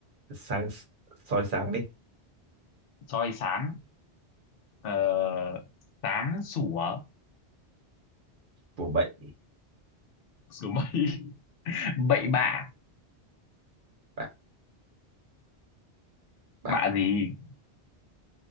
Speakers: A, on the right; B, on the left.
A: sáng soi sáng đi
B: Soi sáng. Ờ, sáng sủa.
A: của bệnh
B: Sủa mây. <laughs> Bậy bạ.
A: bạn bạn
B: Bạ gì?